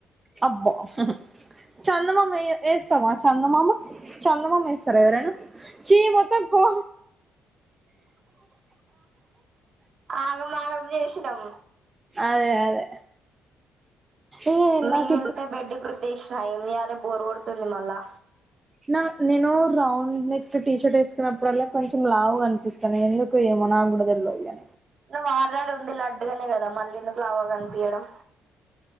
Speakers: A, on the right; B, on the right.
A: అబ్బా హా హ చందమామ ఎయ్ ఏస్తవ చందమామ చందమామ ఏస్తర ఎవరైనా చీ మొత్తం కో
B: ఆగమాగం జేసినం
A: అదే అదే ఏ
B: మిగుల్తే
A: నాకు ఇప్పుడు
B: బెడ్డుక్ ద్దేశిన ఏం చేయలే బోర్ కొడుతుంది మళ్ళా
A: నా నేను రౌండ్ నెక్ టీషర్ట్ వేసుకున్నప్పుడల్లా కొంచెం లావు కనిపిస్తాను ఎందుకు ఏమో నా గుడ తెల్వదిగా
B: నువ్వు ఆల్రెడీ ఉంది లడ్డు గానే కదా మళ్లీను లావుగా గనిపియ్యడం